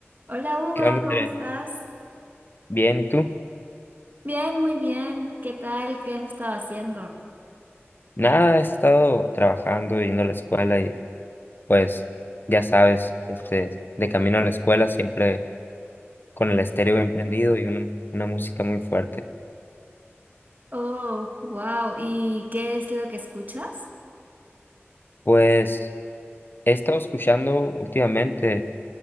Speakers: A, on the right; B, on the left.
A: Hola Hugo,
B: ¿Qué onda, André?
A: ¿cómo estás?
B: Bien, ¿y tú?
A: Bien, muy bien. ¿Qué tal? ¿Qué has estado haciendo?
B: Nada, he estado trabajando, yendo a la escuela y pues ya sabes, este, de camino a la escuela siempre con el estéreo bien prendido y una, una música muy fuerte.
A: Oh, wow. ¿Y qué es lo que escuchas?
B: Pues he estado escuchando últimamente